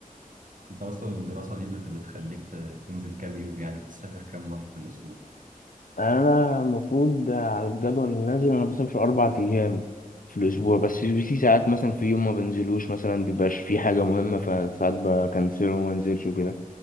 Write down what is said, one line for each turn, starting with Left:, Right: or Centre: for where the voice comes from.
Right: انت اصلا الدراسة دي بت- بتخليك ت- تنزل كام يوم يعني بتسافر كام مرة في الاسبوع
Left: انا المفروض على الجدول اللي نازل انا بسافر اربع ايام في الاسبوع
Right: مم.
Left: بس في ساعات مثلا في يوم ما بنزلوش مثلا بيبقاش في حاجه مهمه فساعات بكنسله وما انزلش وكده